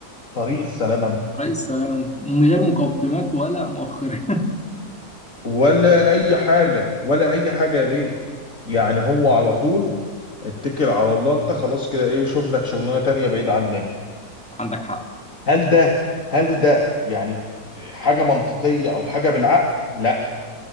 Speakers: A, on the left; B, in the centre.
A: طريق السلامه انت
B: رئيس سلام انت من غير مقدمات ولا مؤخره
A: ولا اي حاجه ولا اي حاجه يا بيه يعني هو على طول اتكل على الله انت خلاص كده ايه شوف لك شغلانه تانية بعيد عننا
B: <laughs> عندك حق
A: هل ده هل ده يعني حاجه منطقيه او حاجه بالعقل لا